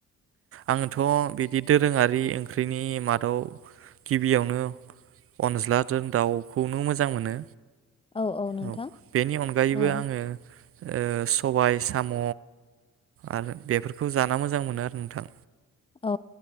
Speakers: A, on the right; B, on the left.
A: आङोथ' बिदि दोरोङारि ओंख्रिनि मादाव गिबियावनो अनज्ला दों दाउखौनो मोजां मोनो।
B: औ नोंथां
A: औ बेनि अनगायैबो
B: ओ
A: आङो ओ सबाय साम' आरो बेफोरखौ जाना मोजां मोनो आरो नोंथां।
B: औ